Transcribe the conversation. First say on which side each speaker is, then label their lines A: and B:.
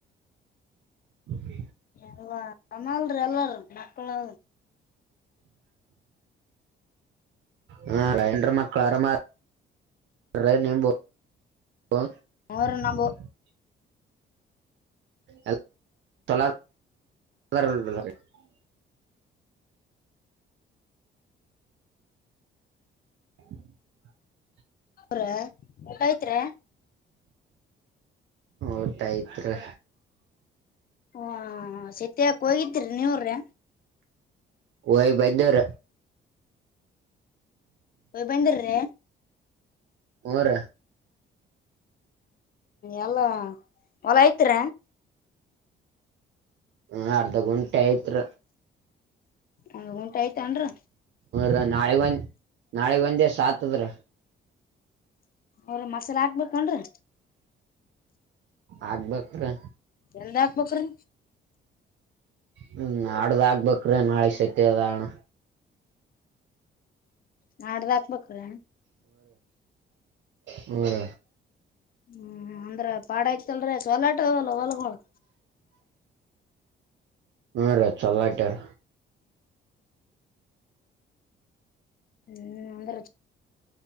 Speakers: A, on the right (about 65°); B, on the left (about 45°).
A: <inaudible>
B: ಎಲ್ಲ ನಮ್ಮಾಲ್ರ ಎಲ್ಲರು ಮಕ್ಕಳು
A: ಹಾ ರ್ ಎಲ್ರ್ ಮಕ್ಕಳು ಅರಮಾ ರೈ ನಿಂಬು <unintelligible>
B: ಅವ್ರ ನಮ್
A: ಎಲ್ ತೊಲ <unintelligible> <inaudible>
B: ರೆ ಊಟ ಐತ್ರಿ.
A: ಉಟ್ ಐತ್ರಿ
B: ಹ ಓ ಸೀತ್ಯಾಕ್ ಹೋಗಿದ್ರಿ ನೀವ್ರಿ
A: ಹೊಯ್ ಬಂದಿವ್ರ
B: ಹೊಯ್ ಬಂದಿರ್ರಿ
A: ಹ್ಮ್ ರ
B: ಎಲ್ಲ ಹೊಲ ಐತ್ರ
A: ಹ ಅರ್ಧ ಗುಂಟೆ ಆಯ್ತ್ರ
B: ಒಂದ್ ಗುಂಟೆ ಆಯ್ತ್ ಅಂದ್ರ್
A: ರೀ ನಾಳೆಗ್ ಒಂದ್ ನಾಳೆಗ್ ಒಂದೇ ಸಾತ್ ದ್ರ.
B: ಅವ್ರೆ ಮಸಾಲ ಹಾಕ್ಬೇಕನ್ರಿ
A: ಆಗ್ಬೇಕ್ರ
B: ಎಲ್ದ ಹಾಕ್ಬೇಕ್ರೀ
A: ಹ್ಮ ನಾಡ್ದ್ ಆಗ್ಬೇಕ್ರೇ ನಾಳೆ ಸತ್ತಿ ಅದ ಅಣ
B: ನಾಡ್ದ್ ಹಾಕ್ಬೇಕ್ರೀ.
A: ಹ್ಮ ರ
B: ಹ್ಮ್ ಅಂದ್ರ ಪಾಡ ಇತಲ್ರೀ ಸೊಲಾಟೊಗಲ್ಲ ಹೊಲಗೊಳ್
A: ಹ್ಮ್ ರಿ ಚಲೋ ಒಟ್ಯಾರ.
B: ಏಯ್ ಅಂದ್ರ್ ಚ